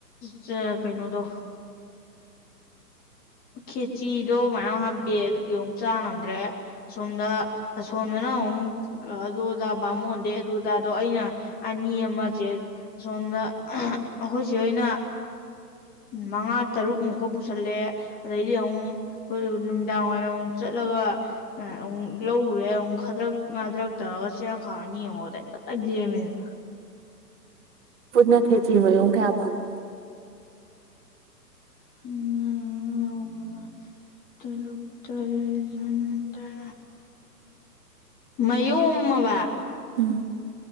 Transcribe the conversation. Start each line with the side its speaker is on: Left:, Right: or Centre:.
Left: ꯆ ꯀꯩꯅꯣꯗꯣ ꯈꯦꯆꯤꯗꯣ ꯃꯌꯥꯝ ꯍꯥꯞꯄꯦ ꯑꯗꯨꯒꯤ ꯑꯃꯨꯛ ꯆꯥ ꯉꯝꯗ꯭ꯔꯦ ꯑꯁꯣꯝꯗ ꯑꯁꯣꯝꯗꯅ ꯑꯎꯝ ꯒ ꯑꯗꯨ ꯗꯥ ꯕꯥꯥꯃꯣꯟꯗꯩꯩ ꯑꯗꯨꯗꯥꯗꯣ ꯑꯩꯅ ꯑꯅꯤ ꯑꯃ ꯆꯦ ꯑꯁꯣꯟꯗ ꯑꯍ ꯑꯈꯣꯏ ꯆꯦ ꯍꯣꯏꯅ ꯃꯉꯥ ꯇꯔꯨꯛ ꯃꯨꯛꯀ ꯄꯨꯁꯜꯂꯦ ꯑꯗꯩꯗꯤ ꯑꯃꯨꯛ ꯈꯣꯏꯗꯨ ꯅꯨꯃꯤꯗꯥꯡ ꯋꯥꯏꯔꯝ ꯑꯃꯨꯛ ꯆꯠꯂꯒ ꯑꯥ ꯑꯃꯨꯛ ꯂꯧꯔꯨꯔꯦ ꯑꯃꯨꯛ ꯈꯗ꯭ꯔꯛ ꯉꯥꯗ꯭ꯔꯛ ꯇꯧꯔꯒ ꯆꯦꯔꯪ ꯈꯥꯎ ꯑꯅꯤ ꯑꯃꯨꯛ ꯑꯗꯩ ꯇꯞ ꯇꯥꯏ ꯂꯦꯝꯃꯦꯗꯅꯥ
Right: ꯄꯨꯟꯅ ꯈꯦꯆꯤ ꯃꯌꯣꯝ ꯀꯌꯥ ꯐꯪꯉꯤ
Left: <unintelligible> ꯃꯉꯥ ꯇꯔꯨꯛ ꯇꯔꯦꯠ <unintelligible> ꯃꯌꯣꯝꯃꯕꯥ
Right: ꯎꯝ